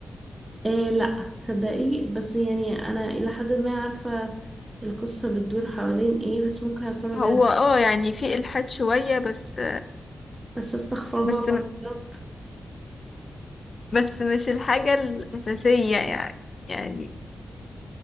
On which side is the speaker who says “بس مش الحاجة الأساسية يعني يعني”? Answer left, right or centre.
Left